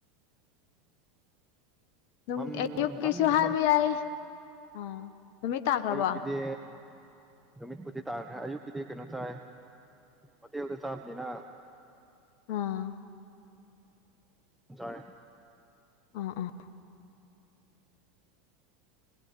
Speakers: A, on the left; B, in the centre.
A: ꯑꯗꯨꯝ
B: ꯃꯝ
A: ꯑꯌꯨꯛꯀꯤꯁꯨ
B: ꯃꯝꯗꯤ
A: ꯍꯥꯏꯕ ꯌꯥꯏ ꯑꯥ ꯅꯨꯃꯤꯠ ꯇꯥꯈ꯭ꯔꯕꯣ
B: ꯑꯌꯣ ꯀꯗꯦ ꯅꯨꯃꯤꯠꯄꯨꯗꯤ ꯇꯥꯈ꯭ꯔꯦ ꯑꯌꯨꯛꯀꯤꯗꯤ ꯀꯩꯅꯣ ꯆꯥꯏ ꯍꯣꯇꯦꯜꯗ ꯆꯥꯕꯅꯤꯅ
A: ꯑꯥ
B: ꯆꯔꯦ
A: ꯑꯥ ꯑꯥ